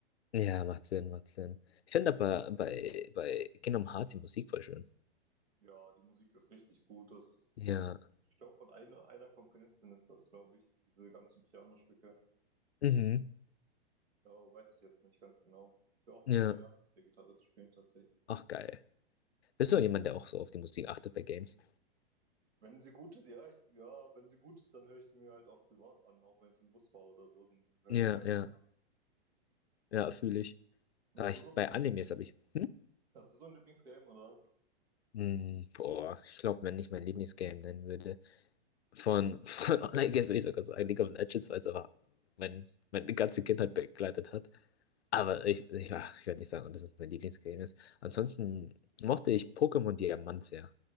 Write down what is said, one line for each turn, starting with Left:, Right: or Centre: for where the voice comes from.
Left: Ja, macht Sinn, macht Sinn. Ich finde aber bei, bei Kingdom Hearts die Musik voll schön.
Right: Ja, die Musik ist richtig gut. Das,
Left: Ja.
Right: ich glaube, von einer, einer Komponistin ist das, glaube ich, diese ganzen Pianostücke.
Left: Mhm.
Right: Ja, weiß ich jetzt nicht ganz genau. Ich habe auch ein
Left: Ja.
Right: paar gelernt, auf der Gitarre zu spielen tatsächlich.
Left: Ach, geil. Bist du jemand, der auch so auf die Musik achtet bei Games?
Right: Wenn sie gut ist, ja, ich, ja, wenn sie gut ist, dann höre ich sie mir halt auch privat an, auch wenn ich im Bus war oder so, dann höre
Left: Ja,
Right: ich mir halt
Left: ja.
Right: was an.
Left: Ja, fühle ich.
Right: Hast
Left: Ah, ich,
Right: du so
Left: bei
Right: ein,
Left: Animes
Right: Lie-
Left: habe ich. Hm?
Right: hast du so ein Lieblingsgame, oder?
Left: Hm, boah, ich glaube, wenn ich mein Lieblingsgame nennen würde. Von, <laughs> von Online-Games würde ich sogar sagen League of Legends, weil es aber mein, meine ganze Kindheit begleitet hat. Aber ich, ich, ja, ich werde nicht sagen, dass es mein Lieblingsgame ist. Ansonsten mochte ich Pokémon Diamant sehr.